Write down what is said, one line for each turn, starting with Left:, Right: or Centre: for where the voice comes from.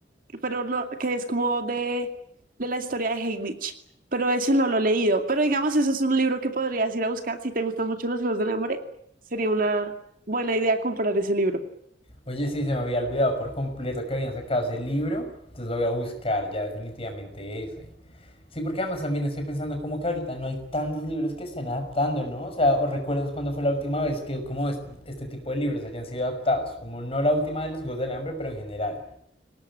Right: pero no, que es como de, de la historia de Haymitch, pero ese no lo he leído. Pero digamos, eso es un libro que podrías ir a buscar si te gustan mucho Los Juegos del Hambre, sería una buena idea comprar ese libro.
Left: Oye, sí, se me había olvidado por completo que habían sacado ese libro. Entonces lo voy a buscar ya definitivamente ese. Sí, porque además también estoy pensando como que ahorita no hay tantos libros que estén adaptando, ¿no? O sea, ¿o recuerdas cuándo fue la última vez que como es- este tipo de libros hayan sido adaptados? Como no la última de los Juegos del Hambre, pero en general.